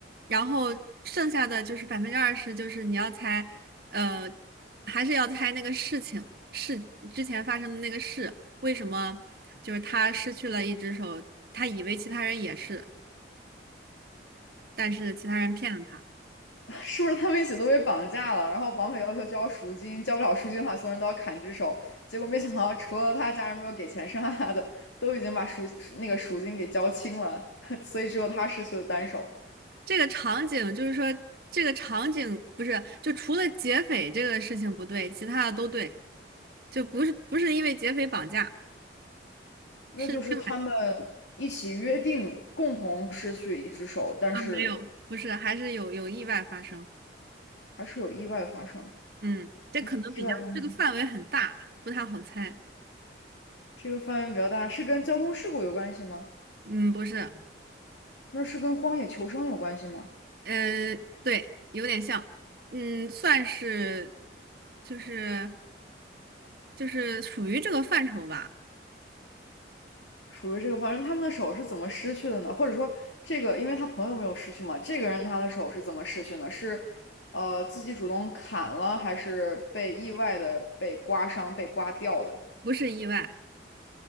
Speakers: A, on the right (about 55°); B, on the left (about 80°).
A: 然后剩下的就是百分之二十，就是你要猜，呃，还是要猜那个事情，事之前发生的那个事，为什么就是他失去了一只手，他以为其他人也是，但是其他人骗了他。
B: 是不是他们一起都被绑架了？然后绑匪要求交赎金，交不了赎金的话，所有人都要砍只手。结果没想到，除了他家人没有给钱，剩下他的都已经把赎那个赎金给交清了，<laughs> 所以只有他失去了单手。
A: 这个场景，就是说这个场景不是，就除了劫匪这个事情不对，其他的都对，就不是不是因为劫匪绑架，
B: 那就是他们
A: 是另外
B: 一起约定共同失去一只手，但是
A: 啊没有，不是，还是有有意外发生。
B: 还是有意外发生，
A: 嗯，这可能比较这个范围很大，
B: 还是有意外发生。
A: 不太好猜。
B: 这个范围比较大，是跟交通事故有关系吗？
A: 嗯，不是，
B: 那是跟荒野求生有关系吗？
A: 呃，对，有点像，嗯，算是就是就是属于这个范畴吧，
B: 属于这个方式，他们的手是怎么失去的呢？或者说，这个因为他朋友没有失去嘛，这个人他的手是怎么失去呢？是呃自己主动砍了，还是被意外的被刮伤、被刮掉的？
A: 不是意外，